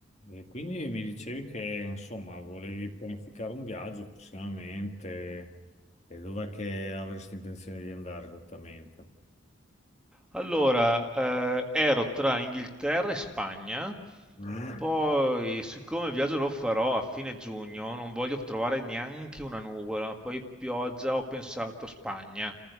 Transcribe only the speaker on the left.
E quindi mi dicevi che insomma volevi pianificare un viaggio prossimamente e dov'è che avresti intenzione di andare esattamente?
Mm,